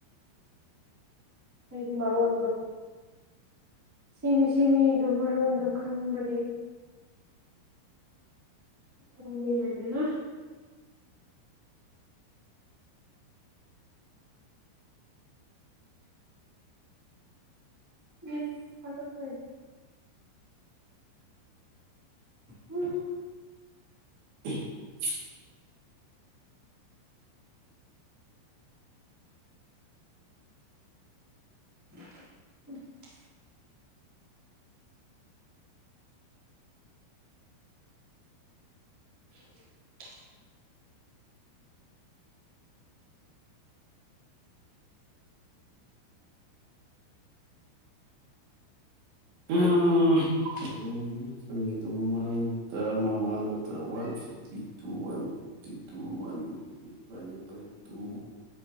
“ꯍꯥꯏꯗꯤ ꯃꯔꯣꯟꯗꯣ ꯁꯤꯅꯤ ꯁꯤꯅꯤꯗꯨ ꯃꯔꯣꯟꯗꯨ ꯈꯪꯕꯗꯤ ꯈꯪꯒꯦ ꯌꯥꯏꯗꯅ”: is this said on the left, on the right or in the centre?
Centre